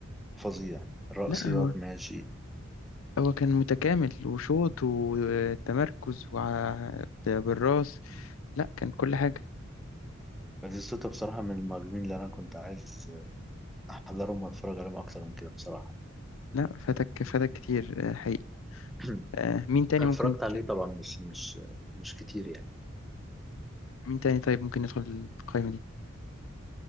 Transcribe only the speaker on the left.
لا هو
هو كان متكامل وشوط وتمركز وع- بالراس لا كان كل حاجة
لا فاتك فاتك كتير آه، حقيقي
آه مين تاني
ممكن
ت-
مين تاني طيب ممكن يدخل القائمة دي